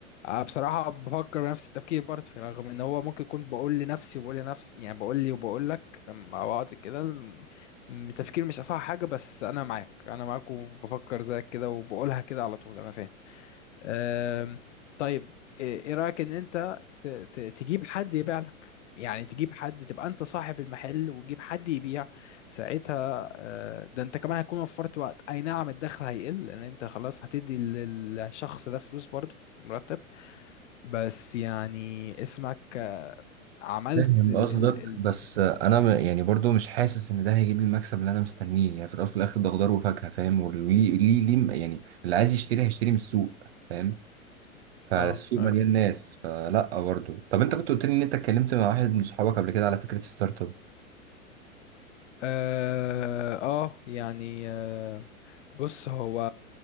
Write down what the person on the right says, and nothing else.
فاهم
قصدك
بس
انا م- يعني برضو مش حاسس ان ده هيجيب لي المكسب اللي انا مستنيه يعني في الاول وفي الاخر ده خضار وفاكهه فاهم وليه ليه ليه يعني اللي عايز يشتري هيشتري من السوق فاهم فالسوق
مليان ناس فلا برضو طب انت كنت قلت لي ان انت اتكلمت مع واحد من صحابك قبل كده على فكره ستارت اب